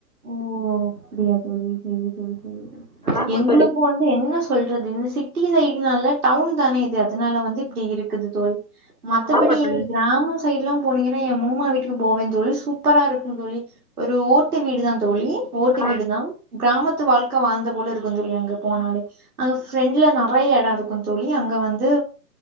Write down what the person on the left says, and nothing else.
ஆமா
தோழி
ஆமா தோழி
ஆ